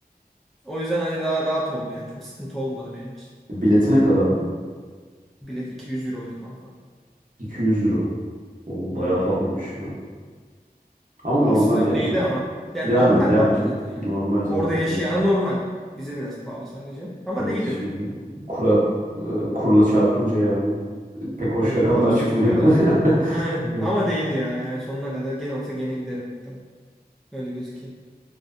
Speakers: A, in the centre; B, on the right (about 55°).
A: O yüzden hani daha rahat oldu yani. Çok sıkıntı olmadı benim için.
B: E, Bileti ne kadardı?
A: Bilet 200 euroydu kanka.
B: 200 euro. O
A: Hmm.
B: bayağı pahalıymış ya. Ama normal
A: Olsun ya
B: yani.
A: değdi ama. Yani
B: Yani
A: normal
B: yani
A: normal
B: canım.
A: zaten yani.
B: Normal zaten.
A: Orada yaşayana
B: Evet,
A: normal. Bize biraz pahalı sadece. Ama
B: Evet,
A: değdi.
B: şimdi kura e, kurla çarpınca yani pek hoş
A: Aynen
B: rakamlar
A: pahalı
B: çıkmıyor.
A: gözüküyor da.
B: <laughs>
A: <laughs> Aynen.
B: Evet.
A: Ama değdi ya. Yani sonuna kadar gene olsa gene giderim muhtemelen. Öyle gözüküyor.